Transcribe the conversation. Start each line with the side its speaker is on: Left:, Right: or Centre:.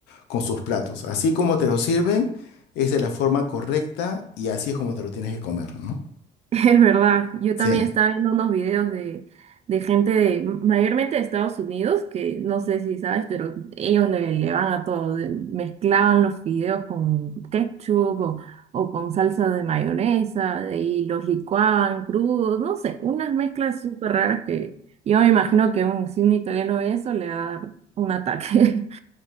Left: con sus platos. Así como te lo sirven, es de la forma correcta y así es como te lo tienes que comer, ¿no?
Right: <laughs> Es verdad, yo
Left: Sí,
Right: también estaba viendo unos videos de, de gente de, mayormente de Estados Unidos, que no sé si sabes, pero ellos le, le van a todo, de- mezclaban los fideos con ketchup o, o con salsa de mayonesa y los licuaban crudos, no sé, unas mezclas súper raras que yo me imagino que un, si un italiano ve eso le va a dar un ataque. <laughs>